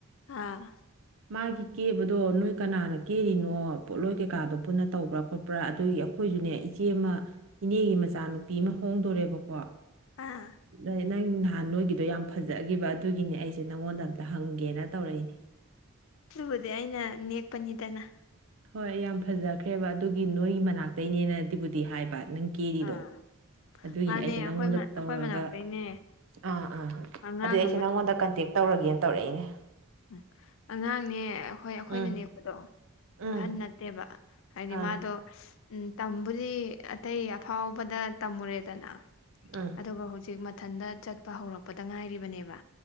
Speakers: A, on the left; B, on the right.
A: ꯑꯥ
B: ꯃꯥꯒꯤ ꯀꯦꯕꯗꯣ ꯅꯣꯏ ꯀꯅꯥꯅ ꯀꯦꯔꯤꯅꯣ ꯄꯣꯠꯂꯣꯏ ꯀꯩꯀꯥꯗꯣ ꯄꯨꯟꯅ ꯇꯧꯕ꯭ꯔꯥ ꯈꯣꯠꯄ꯭ꯔꯥ ꯑꯗꯨꯒꯤ ꯑꯩꯈꯣꯏ ꯅꯦ ꯏꯆꯦ ꯑꯃ ꯏꯅꯦꯒꯤ ꯃꯆꯥꯅꯨꯄꯤ ꯑꯃ ꯍꯣꯡꯗꯣꯔꯦꯕꯀꯣ
A: ꯑꯥ
B: ꯅ- ꯅꯪ ꯅꯍꯥꯟ ꯅꯣꯏꯒꯤꯗꯣ ꯌꯥꯝ ꯐꯖꯈꯤꯕ ꯑꯗꯨꯒꯤꯅꯦ ꯑꯩꯁꯦ ꯅꯪꯉꯣꯟꯗ ꯑꯝꯇ ꯍꯪꯒꯦꯅ ꯇꯧꯔꯛꯏꯅꯦ
A: ꯑꯗꯨꯕꯨꯗꯤ ꯑꯩꯅ ꯅꯦꯛꯄꯅꯤꯗꯅ
B: ꯍꯣꯏ ꯌꯥꯝ ꯐꯖꯈ꯭ꯔꯦꯕ ꯑꯗꯨꯒꯤ ꯅꯣꯏꯒꯤ ꯃꯅꯥꯛꯇꯩ ꯅꯦꯅꯗꯤꯕꯨꯗꯤ ꯍꯥꯏꯕ ꯅꯪ ꯀꯦꯔꯤꯗꯣ
A: ꯑꯥ
B: ꯑꯗꯨꯒꯤꯅꯤ
A: ꯃꯥꯅꯦ
B: ꯑꯩꯁꯦ ꯅꯪꯉꯣꯟꯗ
A: ꯑꯩꯈꯣꯏ ꯑꯩꯈꯣꯏ
B: ꯇꯧꯔꯒ
A: ꯃꯅꯥꯛꯇꯩꯅꯦ
B: ꯑꯥ ꯑꯥ
A: ꯑꯉꯥꯡ
B: ꯑꯗꯨꯢ ꯑꯩꯁꯦ ꯅꯪꯉꯣꯟꯗ ꯀꯟꯇꯦꯛ ꯇꯧꯔꯒꯦꯅ ꯇꯧꯔꯛꯏꯅꯤ
A: ꯎ ꯑꯉꯥꯡꯅꯦ ꯍꯣꯏ ꯑꯩꯈꯣꯏꯅ
B: ꯎꯝ
A: ꯅꯦꯛꯄꯗꯣ
B: ꯎꯝ
A: ꯑꯍꯟ ꯅꯠꯇꯦꯕ ꯍꯥꯏꯗꯤ
B: ꯑꯥ
A: ꯃꯥꯗꯣ ꯎꯝ ꯇꯝꯕꯨꯗꯤ ꯑꯇꯩ ꯑꯐꯥꯎꯕꯗ ꯇꯝꯃꯨꯔꯦꯗꯅ
B: ꯎꯝ
A: ꯑꯗꯨꯒ ꯍꯨꯖꯤꯛ ꯃꯊꯟꯇ ꯆꯠꯄ ꯍꯧꯔꯛꯄꯗ ꯉꯥꯏꯔꯤꯕꯅꯦꯕ